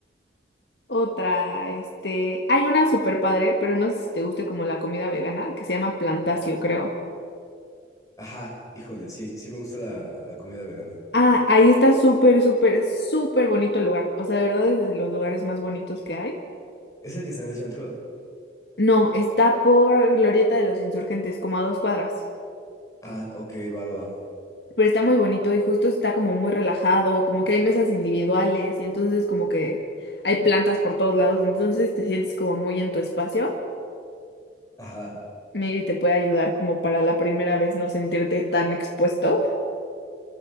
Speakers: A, on the left (about 60°); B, on the left (about 20°).
A: Otra, este, hay una súper padre, pero no sé si te guste como la comida vegana, que se llama Plantacio, creo.
B: Ajá, híjole, sí, sí me gusta la, la comida vegana.
A: Ah, ahí está súper, súper, súper bonito el lugar. O sea, de verdad es de los lugares más bonitos que hay.
B: ¿Es el que está en el centro?
A: No, está por Glorieta de los Insurgentes, como a dos cuadras.
B: Ah, ok, va, va, va.
A: Pero está muy bonito y justo está como muy relajado, como que hay mesas individuales y entonces como que hay plantas por todos lados, entonces te sientes como muy en tu espacio.
B: Ajá,
A: Maybe te puede ayudar como para la primera vez no sentirte tan expuesto.